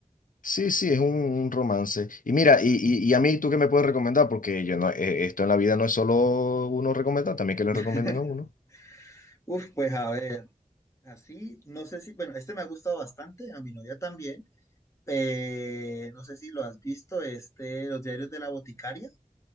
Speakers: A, on the left; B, on the left.
A: Sí, sí, es un, un romance. Y mira, y, y, y a mí, ¿tú qué me puedes recomendar? Porque yo no, eh, esto en la vida no es solo uno recomendar, también que le
B: <laughs>
A: recomienden a uno.
B: Uf, pues a ver. Así, no sé si, bueno, este me ha gustado bastante, a mi novia también. eh, no sé si lo has visto, este, Los Diarios de la Boticaria.